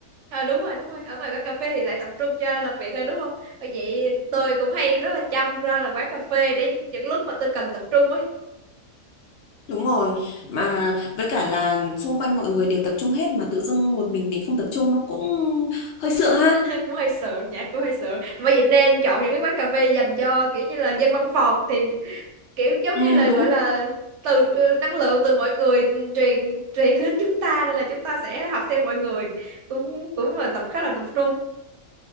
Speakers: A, on the right; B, on the left.
A: Ờ, đúng rồi đúng rồi ở ngoài quán cà phê thì lại tập trung cho làm việc hơn đúng không Bởi vậy tôi cũng hay rất là chăm ra là quán cà phê để những lúc mà tôi cần tập trung ấy <laughs>
B: đúng rồi mà với cả là xung quanh mọi người đều tập trung hết mà tự dưng một mình mình không tập trung nó cũng hơi sượng ha
A: cũng hơi sợ dạ cũng hơi sợ bởi vậy nên chọn những cái quán cà phê dành cho kiểu như là dân văn phòng thì kiểu giống
B: ừ
A: như là
B: đúng
A: gọi là từ ừ, năng lượng từ mọi người truyền truyền đến chúng ta nên là chúng ta sẽ học theo mọi người cũng cũng là tập khá là tập trung